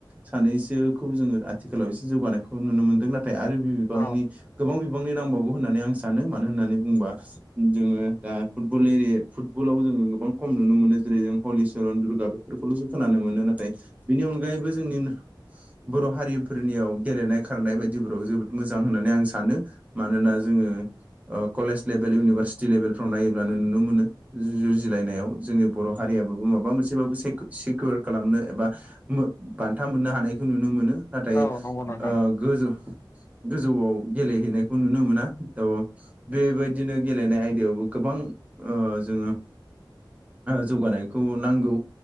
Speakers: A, on the right (about 15°); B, on the left (about 35°).
A: सानैसोखौ जोङो आथिखालाव एसे जौगानायखौ नुनो मोनदों नाथाय आरो बि बिबांनि
B: औ
A: गोबां बिबांनि नांबावगौ होननानै आं सानो मानो होननानै बुंोबा जोङो दा फुटबल एरि फुटबलाव जोङो गोबां खम नुनो मोनो जेरै जों हलिचरन दुर्गा फोरखौल'सो खोनानो मोनो नाथाय बिनि अनगायैबो जोंनि बर' हारिफोरनियाव गेलेनाय खारनाय बायदिफोराव जोबोद मोजां होननानै आं सानो मानोना जोङो ओ कलेज लेभेल इउनिभारसिटि लेभेलफ्राव नायोब्लानो नुनो मोनो जुजिलायनायाव जोंनि बर' हारियाबाबो माबा मोनसेबाबो सिकिर खालामनो एबा बान्था मोननो हानायखौ नुनो मोनो नाथाय
B: औ नंगौ नोंथां
A: गोजौ गोजौआव गेलेहैनायखौ नुनो मोना था बेबायदिनो गेलेनाय आयदायावबो गोबां जोङो जौगानायखौ नांगौ